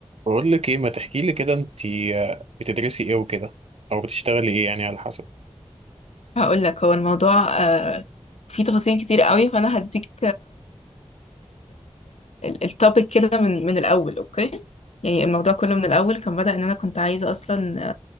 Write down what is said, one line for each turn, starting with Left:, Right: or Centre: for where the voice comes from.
Right: بقول لك ايه ما تحكي لي كده انت بتدرسي ايه وكده او بتشتغلي ايه يعني على حسب
Left: هقول لك هو الموضوع آه، فيه تفاصيل كتير قوي فانا هديك التوبيك كده من من الاول اوكي يعني الموضوع كله من الاول كان بدأ ان انا كنت عايزه اصلا